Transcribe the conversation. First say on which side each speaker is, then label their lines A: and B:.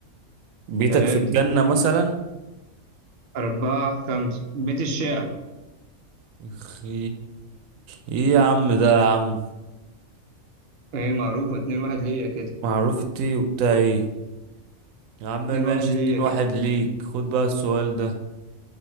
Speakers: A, on the right; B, on the right.
A: بيتك
B: ثلاثة
A: في الجنة مثلا
B: أربعة خمسة بيت الشعر
A: اخي ايه يا عم ده يا عم
B: ايه معروفة اتنين واحد ليا كده
A: معروف التي وبتاع ايه يا عم ماشي
B: اتنين واحد ليا
A: اتنين
B: كده
A: واحد ليك خد بقى السؤال ده